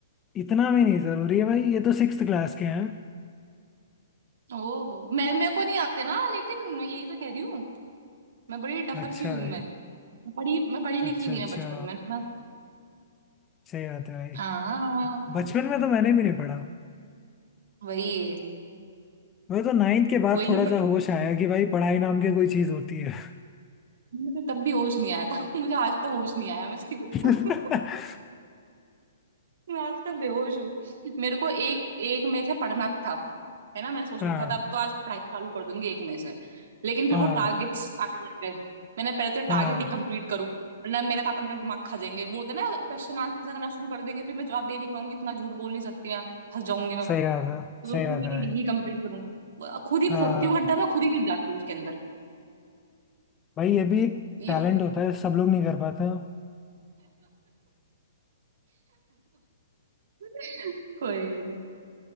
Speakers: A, on the left; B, on the right.
A: इतना भी नहीं जरूरी है भाई ये तो सिक्स क्लास के हैं
B: ओहो मैं मेरे को नहीं आते ना लेकिन मैं यही तो कह रही हूँ मैं बड़ी डफर
A: अच्छा
B: सी हूँ उनमें
A: भाई
B: मैं पढ़ी मैं पढ़ी लिखी
A: अच्छा
B: नहीं
A: अच्छा
B: मैं बचपन में ना
A: सही बात है भाई
B: हाँ
A: बचपन में तो मैंने भी नहीं पढ़ा
B: वही
A: मैं तो नाइन्थ के बाद
B: कोई
A: थोड़ा
B: नहीं पढ़ता
A: सा होश आया कि भाई पढ़ाई नाम की कोई चीज होती है
B: मुझे तब भी होश नहीं आया था <laughs> मुझे आज तक होश नहीं आया मैं सही बताऊँ
A: <laughs>
B: मैं आज तक बेहोश हूँ मेरे को एक एक मई से पढ़ना था है ना मैंने सोच
A: हाँ
B: रखा था अब तो आज पढ़ाई चालू कर दूंगी एक मई से लेकिन फिर
A: हाँ
B: वो टारगेट्स आने लग गए मैंने पहले तो
A: हाँ
B: टारगेट ही कंप्लीट करूँ वरना मेरे पापा मेरा दिमाग खा जाएंगे वो होता है ना क्वेश्चन आंसर करना शुरू कर देंगे फिर मैं जवाब दे नहीं पाऊंगी इतना झूठ बोल नहीं सकती मैं फंस जाऊंगी मैं
A: सही बात है
B: तो सोचती
A: सही बात
B: हूँ पहले
A: है भाई
B: यही कंप्लीट करूँ खुद ही
A: हाँ
B: खोदती हूँ गड्ढा मैं खुद ही गिर जाती हूँ उसके अंदर
A: भाई ये भी एक
B: ये
A: टैलेंट
B: होता
A: होता
B: है
A: है सब लोग नहीं कर पाते
B: <laughs> कोई नहीं